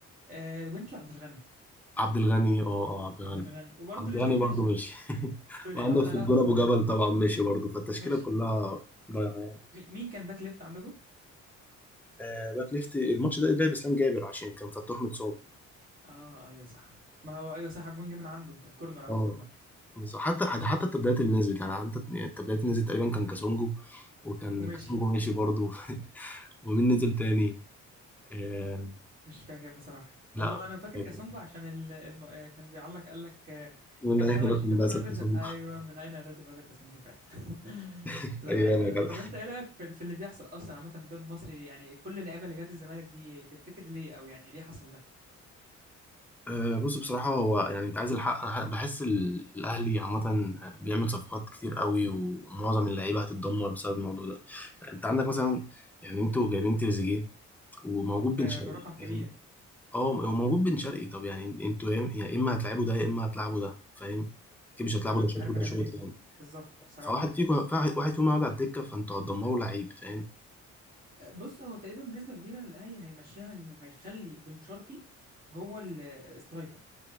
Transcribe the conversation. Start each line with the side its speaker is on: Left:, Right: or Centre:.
Right: آه الونش وعبد الغني
Centre: عبد الغني اه اه عبد الغني
Right: عبد الغني وبرضه
Centre: عبد
Right: الاثنين
Centre: الغني برضه
Right: مشيوا
Centre: ماشي <laughs>
Right: سوري
Centre: وعندك
Right: يعني هو ده
Centre: في
Right: لا
Centre: الجون
Right: عبد
Centre: ابو
Right: الغني
Centre: جبل طبعا ماشي برضه فالتشكيله
Right: ماشي
Centre: كلها ضايعه يعني
Right: مي- مين كان باك ليفت عندكم
Centre: آه باك ليفت الماتش ده لعب اسلام جابر عشان كان فتوح متصاب
Right: اه ايوه صح ما هو ايوه صح الجون جه من عنده الكورنر او
Centre: اه
Right: الكورنر
Centre: بس حتى حتى التبديلات اللي نزلت يعني حتى يعني التبديلات اللي نزلت تقريبا كان كاسونجو وكان
Right: ومشي
Centre: كاسونجو ماشي برضه <laughs> ومين نزل تاني آه
Right: مش فاكر بصراحة
Centre: لا
Right: هو
Centre: مش
Right: أنا فاكر
Centre: فاكر
Right: كاسونجو عشان ال... الم... آه، كان بيعلق قال لك آه،
Centre: من
Right: كان
Centre: اي
Right: خرج
Centre: رقم
Right: شيكابالا
Centre: بس
Right: ونزل
Centre: كاسونجو
Right: أيوه من أين أتت هذا كاسونجو فعلا <laughs>
Centre: <laughs>
Right: لا
Centre: ايام
Right: لا
Centre: يا جدع
Right: طب أنت إيه رأيك في... في اللي بيحصل أصلا عامة في الدوري المصري يعني كل اللعيبة اللي جت الزمالك دي تفتكر ليه أو يعني ليه حصل ده
Centre: أه، بص بصراحة هو يعني أنت عايز الحق أنا بحس ال- الأهلي عامة بيعمل صفقات كتير قوي ومعظم اللعيبة هتتدمر بسبب الموضوع ده يعني أنت عندك مثلا يعني أنتوا جايبين تريزيجيه وموجود
Right: ب...
Centre: بن شرقي
Right: برقم كبير
Centre: فاهم أه وموجود بن شرقي طب يعني أنتوا يا يا إما هتلعبوا ده يا إما هتلعبوا ده فاهم أكيد مش هتلعبوا
Right: أنا
Centre: ده
Right: مش
Centre: شوط
Right: عارف
Centre: وده
Right: هنعمل
Centre: شوط
Right: إيه
Centre: يعني
Right: بالظبط بصراحة
Centre: فواحد فيكم واحد فيهم هيقعد على الدكة فأنتوا هتدمروا لعيب فاهم
Right: آه، بص هو تقريبا بنسبة كبيرة الأهلي هيمشيها إنه هيخلي بن شرقي هو السترايكر